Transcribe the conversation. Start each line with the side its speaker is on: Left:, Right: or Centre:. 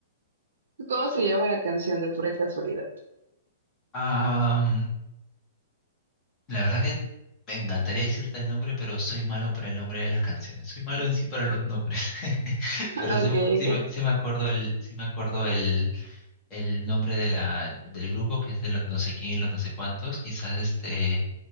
Right: ¿Cómo se llama la canción de pura casualidad?
Left: Ah, La verdad que me encantaría decirte el nombre, pero soy malo para el nombre de las canciones. Soy malo en sí para los nombres. <laughs>
Right: <laughs>
Left: Pero sí,
Right: Okay,
Left: sí
Right: okay,
Left: me sí me acuerdo el, sí me acuerdo el, el nombre de la, del grupo, que es de los no sé quién y los no sé cuántos. Quizás este